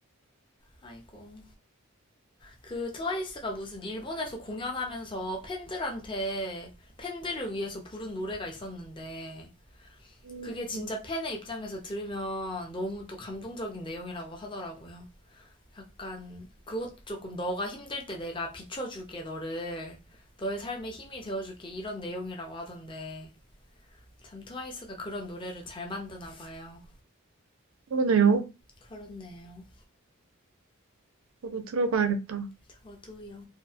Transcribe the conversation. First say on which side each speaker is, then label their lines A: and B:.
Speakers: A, on the left; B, on the right.
A: 아이고. 그 트와이스가 무슨 일본에서 공연하면서 팬들한테 팬들을 위해서 부른 노래가 있었는데
B: 음,
A: 그게 진짜
B: 음.
A: 팬의 입장에서 들으면 너무 또 감동적인 내용이라고 하더라고요. 약간 그것도 조금 너가 힘들 때 내가 비춰줄게 너를 너의 삶에 힘이 되어줄게 이런 내용이라고 하던데 참 트와이스가 그런 노래를 잘 만드나 봐요.
B: 그러네요.
A: 그렇네요.
B: 저도 들어봐야겠다.
A: 저도요.